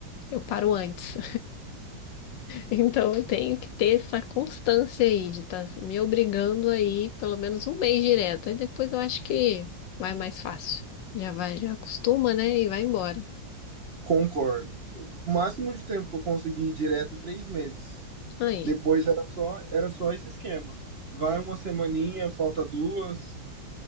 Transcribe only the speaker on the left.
Eu paro antes. Então eu tenho que ter essa constância aí de estar me obrigando aí pelo menos um mês direto. Aí depois eu acho que vai mais fácil. Já vai, já acostuma, né? E vai embora.
Aí,